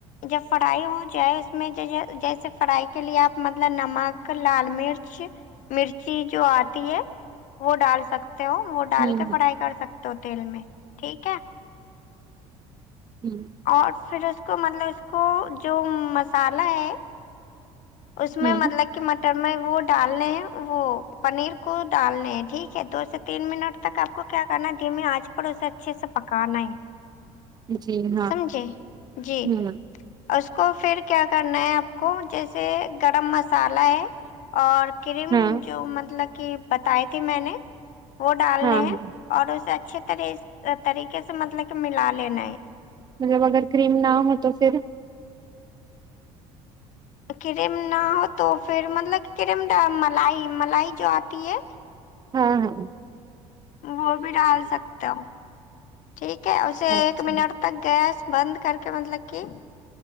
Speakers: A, on the left; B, on the right.
A: جب فرائی ہو جائے اس میں جیسے فرائی کے لیے آپ مطلب نمک لال مرچ مچ مرچی جو آتی ہے وہ ڈال سکتے ہو وہ ڈال
B: ہوں
A: کے فرائی کر سکتے ہو تیل میں ٹھیک ہے
B: ہوں
A: اور پھر اس کو مطلب اس کو جو مسالہ ہے اس میں
B: ہوں
A: مطلب کہ مٹر میں وہ ڈالنے ہیں وہ پنیر کو ڈالنے ہیں ٹھیک ہے دو سے تین منٹ جب تک آپ کو کیا کرنا ہے دھیمی آنج پر اسے اچھے سے پکانا ہے
B: جی ہاں
A: سمجھے جی
B: ہوں
A: اس کو پھر کیا کرنا ہے آپ کو جیس سے گرم مسالہ ہے اور کریم
B: ہاں
A: جو مطلب کی بتائی تھی میں نے وہ ڈالنے
B: ہاں
A: ہیں
B: ہاں
A: اور اسے اچھے طرح طریقے سے مطلب کہ ملا لینا ہے
B: مطلب اگر کریم نہ ہو تو پھر
A: کریم نہ ہو تو پھر مطلب کریمڈ ملائی ملائی جو آتی ہے
B: ہاں ہاں
A: وہ بھی ڈال سکتے ہو ٹھیک ہے اسے
B: اچھا
A: ایک منٹ تک گیس بند کر کے مطلب کہ